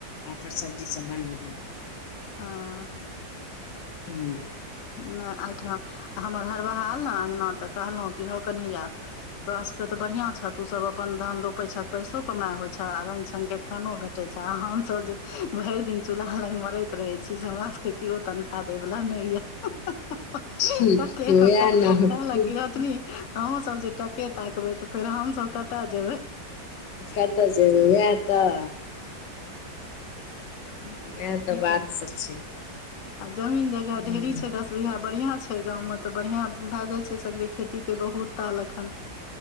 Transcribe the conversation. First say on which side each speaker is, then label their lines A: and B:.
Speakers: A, on the left (about 80°); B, on the left (about 60°).
A: पापर सब्जी सब बना देलक
B: हं
A: हूँ
B: नहि एहिठाम हमर हरबाहा आयल ने अङ्गना तऽ कहलहुँ कि हौ कन्हैया तोरा सबके तऽ बढ़िया छ तू सब अपन धान रोपे छह पैसो कमााय होय छ छै आ रंगग छंग के खानो भेटे छै आ हम सभ जे भरि दिन चूल्हा लग मरैत रहे छी से हमरा सबके केओ तनखाह देय वाला नहि या हुँ हह
A: ह
B: कते
A: वएह
B: हँसल
A: ने
B: कहलक गिरहतनी अहूँ सब जे टके ताकबै तऽ फेर हमसभ कतय जेबै
A: कतय जेबै उएह तऽ
B: आओर
A: वएह
B: की
A: तऽ बात
B: कहु
A: सब छै
B: आ जमीन जगह
A: ह
B: ढेरी छै दस बीघा बढ़िया छै छै गाँवमे तऽ बढ़िआं भए जाइ छै सगरे खेती के बहुत ताल एखन